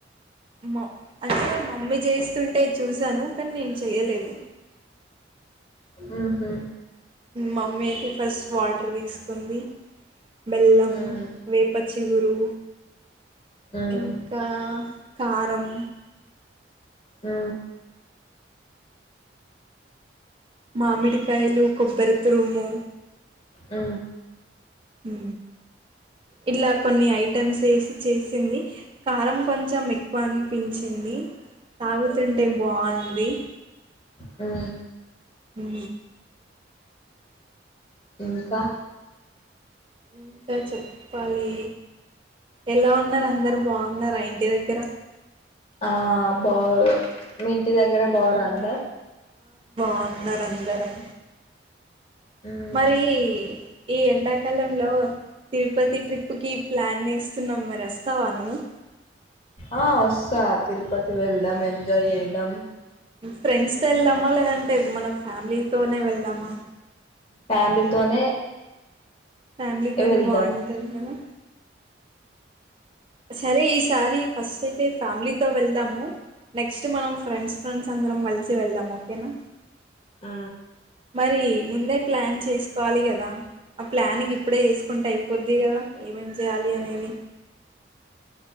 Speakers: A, on the right; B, on the left.
A: మా అంటే మమ్మీ చేస్తుంటే చూశాను కానీ నేను చెయ్యలేదు
B: హుహు
A: మమ్మీ అయితే ఫస్ట్ వాటర్ తీసుకుంది. బెల్లం,
B: ఉమ్
A: వేప చిగురు డు
B: ఉమ్
A: ఇంకా కారం
B: ఆ
A: మామిడికాయలు కొబ్బరి తురుము
B: ఆ
A: అ ఇలా కొన్ని ఐటెమ్స్ వేసి చేసింది కారం కొంచెం ఎక్కువ అనిపించింది. తాగుతుంటే బాంది
B: హు
A: హు
B: ఇంకా
A: ఇంకా చెప్పాలి ఎలా ఉన్నారు అందరు బాగున్నారా ఇంటి దగ్గర.
B: ఆ బో మీ ఇంటి దగ్గర బోరు అంద
A: ఉన్నారు అందరం
B: ఉమ్
A: మరీ ఈ ఎండాకాలంలో తిరుపతి ట్రిప్కి ప్లాన్ వేస్తునము మరి వస్తావా నువ్వు.
B: ఆ వస్తా తిరుపతి వెళ్దాం ఎంజాయ్ చే దం
A: ఫ్రెండ్స్ తో వెళ్దామా లేదంటే మన ఫ్యామిలీ తోనే వెళ్దామా.
B: ఫ్యామిలీతోనే
A: ఫ్యామిలీతోనే
B: వెళ్దాం
A: బాగుంటంది కదా సరే ఈసారి ఫస్ట్ అయితే ఫ్యామిలీతో వెళ్దాము నెక్స్ట్ మనం ఫ్రెండ్స్ ఫ్రెండ్స్ అందరం కలిసి వెళ్దాము ఓకేనా.
B: ఆ
A: మరి ముందే ప్లాన్ చేసుకోవాలి కదా ఆ ప్లానింగ్ ఇప్పుడే చేసుకుంటే అయిపోద్ది కదా ఏమేం చేయాలి అనేది